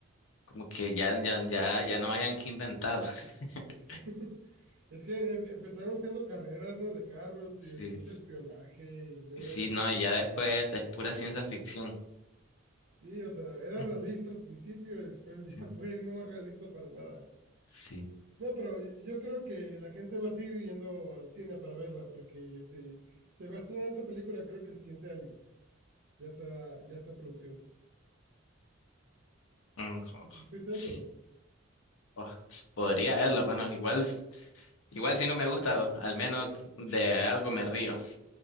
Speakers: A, on the left (about 75°); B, on the right (about 65°).
A: como que ya, ya, ya, ya no hayan que inventar. <laughs>
B: <laughs> es que em- empezaron siendo carreras, ¿no? De carros
A: Sí,
B: y después espionaje y luego,
A: sí, no, ya después es pura ciencia ficción.
B: sí, o sea, era
A: Mm,
B: realista al principio, después <laughs>
A: Sí,
B: ya fue no realista para nada.
A: sí.
B: No, pero yo yo creo que la gente va a seguir yendo al cine para verla porque se, se va a estrenar otra película, creo que el siguiente año. Ya está, ya está en producción.
A: Mm, jo-
B: Pues eso,
A: ts- oh, ts- podría verlo, bueno, igual, igual si no me gusta, al menos de algo me río.